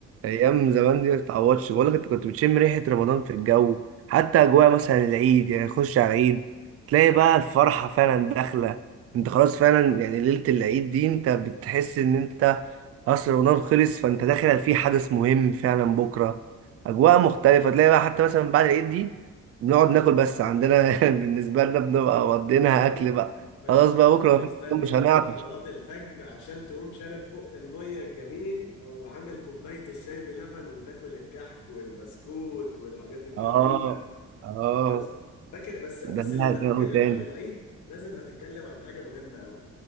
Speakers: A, on the right; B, on the left.
A: ايام زمان دي ما تتعوضش بقول لك انت كنت بتشم ريحه رمضان في الجو حتى اجواء مثلا العيد يعني خش على العيد تلاقي بقى الفرحه فعلا داخله انت خلاص فعلا يعني ليله العيد دي انت بتحس ان انت خلاص رمضان خلص فانت داخل في حدث مهم فعلا بكره اجواء مختلفه تلاقي بقى حتى مثلا بعد العيد دي بنقعد ناكل بس عندنا <laughs> بالنسبه لنا بنبقى مقضينها اكل بقى
B: باشا
A: خلاص
B: بتفضل
A: بقى بكره
B: مستني
A: مفيش- مش
B: لحد
A: هنعطش
B: صلاة الفجر عشان تقوم شارب بق المية الجميل أو عامل كوباية الشاي بلبن وتاكل الكحك والبسكوت والحاجات الجميلة
A: اه اه
B: بس فاكر بس بس
A: ده لها
B: لو هنتكلم
A: جو تاني
B: عن العيد لازم هتتكلم عن حاجة مهمة قوي